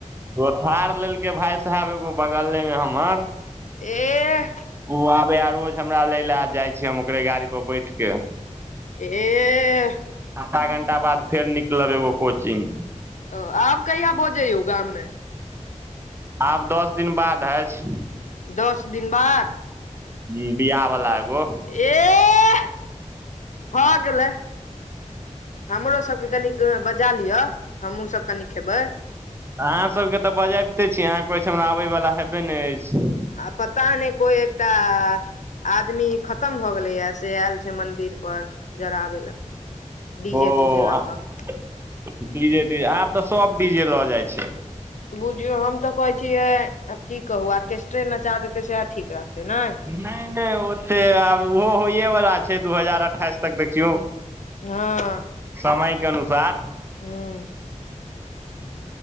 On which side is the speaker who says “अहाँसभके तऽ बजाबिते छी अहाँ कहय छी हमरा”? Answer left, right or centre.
Right